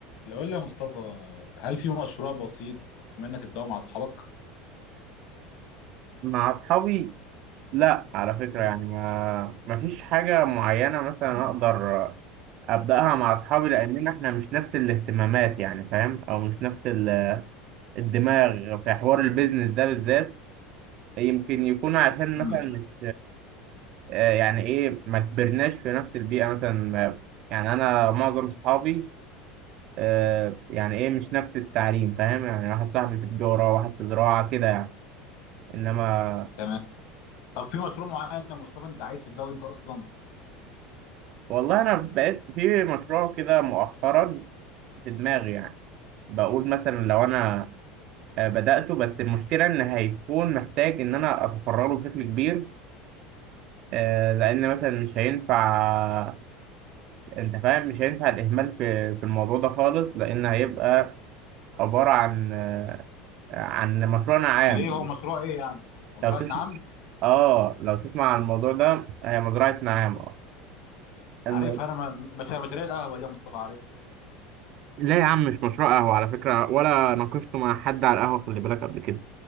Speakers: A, on the left (about 60°); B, on the right (about 50°).
A: لو قلنا يا مصطفى هل في مشروع بسيط بتتمنى تبدأه مع أصحابك؟
B: مع اصحابي لا على فكره
A: مم.
B: يعني ما ما فيش حاجه معينه مثلا اقدر ابداها مع اصحابي لاننا احنا مش نفس الاهتمامات يعني فاهم او مش نفس ال- الدماغ في حوار البيزنس ده بالذات يمكن يكون عشان
A: مم.
B: مثلا مش آه، يعني ايه ما كبرناش في نفس البيئه مثلا ما- يعني انا معظم صحابي آه، يعني ايه مش نفس التعليم فاهم يعني واحد صاحبي في تجاره واحد في زراعه كده يعني انما
A: تمام طب في مشروع معين يا مصطفى أنت عايز تبدأه أنت أصلا؟
B: والله انا بقيت في مشروع كده مؤخرا في دماغي يعني بقول مثلا لو انا آه، بدأته بس المشكلة ان هيكون محتاج ان انا افرغه بشكل كبير آه، لان مثلا مش هينفع انت فاهم مش هينفع الاهمال في في الموضوع ده خالص لان هيبقى عبارة عن آه، عن مشروعنا عام
A: ليه هو مشروع إيه يعني؟ مزرعة
B: لو تسمع
A: نعم؟
B: اه لو تسمع عن الموضوع ده هي مزرعة نعام اه الم...
A: عارفها أنا م- مش مشاريع القهوة دي يا مصطفى عارف
B: لا يا عم مش مشروع قهوة على فكرة ولا ناقشته مع حد على القهوة خلي بالك قبل كده